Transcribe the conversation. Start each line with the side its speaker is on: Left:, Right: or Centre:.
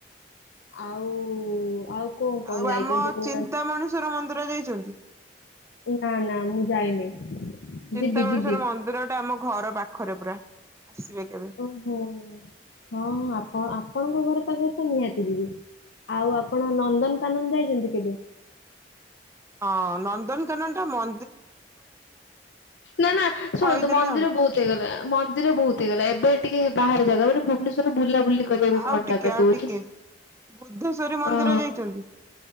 Left: ଆଉ ଆଉ କଣ କଣ
Right: ଆଉ
Left: ଯାଇଛନ୍ତି
Right: ଆମ
Left: କ
Right: ଚିନ୍ତାମଣିଶ୍ୱର ମନ୍ଦିର ଯାଇଛନ୍ତି?
Left: ନା ନା ମୁଁ ଯାଇନି।
Right: ଚିନ୍ତାମଣେଶ୍ଵର
Left: ଯିବି ଯିବି
Right: ମନ୍ଦିର ଟା ଆମ ଘର ପାଖରେ ପୁରା ଆସିବେ କେବେ
Left: ଓହୋ ହଁ ଆପଣ ଆପଣଙ୍କ ଘରେ ପାଖ ନିହାତି ଦିଦି ଆଉ ଆପଣ ନନ୍ଦନକାନନ ଯାଇଛନ୍ତି କେବେ?
Right: ହଁ ନନ୍ଦନକାନନ ଟା ମ
Left: ନା ନା
Right: କହିଦେଲେ
Left: ଶୁଣନ୍ତୁ ମନ୍ଦିର
Right: ଆଉ।
Left: ବହୁତ ହେଇଗଲା ମନ୍ଦିର ବହୁତ ହେଇଗଲା ଏବେ ଟିକେ ହେବ। ବାହାର ଜାଗା ମାନ ଭୁବନେଶ୍ୱର ବୁଲା ବୁଲି କରିବାକୁ
Right: ଆଉ
Left: କଣ
Right: ଟିକେ
Left: ଜାଗା
Right: ଆଉ
Left: ସବୁ
Right: ଟିକେ
Left: ଅଛି
Right: ବୁଦ୍ଧେଶ୍ଵରୀ ମନ୍ଦିର
Left: ଓ
Right: ଯାଇଛନ୍ତି